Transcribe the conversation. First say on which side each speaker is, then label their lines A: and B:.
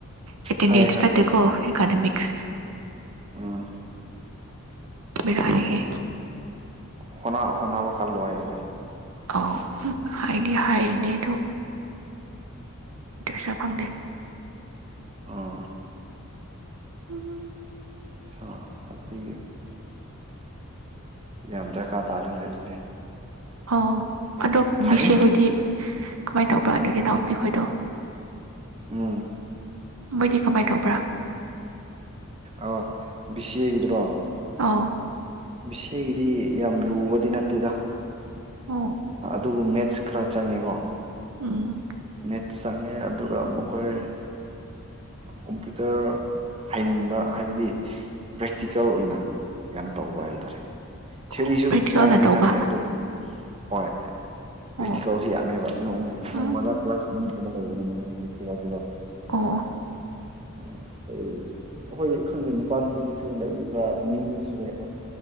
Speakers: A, on the right; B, on the right.
A: ꯑꯦꯇꯦꯟꯗꯦꯟꯁ
B: ꯈꯪꯉꯦ
A: ꯅꯠꯇꯦꯀꯣ ꯑꯦꯀꯥꯗꯃꯤꯛꯁ
B: ꯑꯝ
A: ꯕꯦꯔꯥꯅꯤꯍꯦ
B: ꯍꯣꯅꯥ ꯍꯅꯥꯕꯥ ꯀꯜꯂꯣ ꯍꯥꯏꯌꯣ
A: ꯑꯧ ꯍꯥꯏꯗꯤ ꯍꯥꯏꯔꯤꯅꯦ ꯑꯗꯣ ꯆꯥ ꯐꯪꯗꯦ
B: ꯑꯥ
A: ꯎꯝ ꯎꯝ
B: ꯑꯆꯥ ꯑꯗꯨꯗꯤ ꯌꯥꯝ ꯗꯔꯀꯥꯔ ꯇꯥꯔꯦꯅꯦ ꯑꯗꯨꯗꯤ
A: ꯑꯣ ꯑꯗꯣ
B: ꯐꯩ
A: ꯕꯤꯁꯦ ꯈꯣꯏꯗꯤ ꯀꯃꯥꯏꯅ ꯇꯧꯕ꯭ꯔ ꯑꯗꯨꯏꯗꯤ
B: ꯎꯝ
A: ꯅꯥꯅꯥꯎꯄꯤꯈꯣꯏꯗꯣ
B: ꯎꯝ
A: ꯃꯣꯏꯗꯤ ꯀꯃꯥꯏ ꯇꯧꯕ꯭ꯔꯥ
B: ꯑ ꯕꯤꯁꯦ ꯒꯤꯗꯨꯔꯣ
A: ꯑꯥ
B: ꯕꯤꯁꯦ ꯒꯤꯗꯤ ꯌꯥꯝ ꯂꯨꯕꯗꯤ ꯅꯠꯇꯦꯗ
A: ꯑꯥ
B: ꯑꯗꯨꯕꯨ ꯃꯦꯠꯁ ꯈꯔ ꯆꯪꯉꯦꯀꯣ
A: ꯑ
B: ꯃꯦꯠꯁ ꯆꯪꯉꯦ ꯑꯗꯨꯒ ꯃꯈꯣꯏ ꯀꯝꯄ꯭ꯌꯨꯇꯔ ꯍꯩꯅꯤꯡꯕ ꯍꯥꯏꯕꯗꯤ ꯄ꯭ꯔꯦꯛꯇꯤꯀꯦꯜ ꯑꯣꯏꯅ ꯌꯥꯝ ꯇꯧꯕ ꯍꯥꯏꯇꯥꯔꯦ ꯊꯤꯑꯣꯔꯤꯁꯨ
A: ꯑꯣ ꯄ꯭ꯔꯦꯛꯇꯤꯀꯦꯜꯅ
B: ꯆꯪꯗꯤ
A: ꯇꯧꯕ
B: ꯆꯪꯉꯦ ꯑꯗꯨꯝ ꯍꯣꯏ ꯄ꯭ꯔꯦꯛꯇꯤꯀꯜꯁꯤ
A: ꯑꯣ
B: ꯌꯝꯃꯦꯕꯥ ꯅꯣꯡꯃꯗ
A: ꯎꯝ
B: <unintelligible>
A: ꯑꯣ
B: ꯎ ꯑꯩꯈꯣꯏ ꯑꯩꯈꯣꯏ ꯈꯪꯗꯦ ꯅꯨꯄꯥ ꯅꯨꯄꯤꯁꯨ ꯂꯩꯕ꯭ꯔꯥ ꯑꯗꯣ ꯃꯤ ꯃꯤꯗꯨꯁꯨ ꯂꯩ ꯑꯗꯣ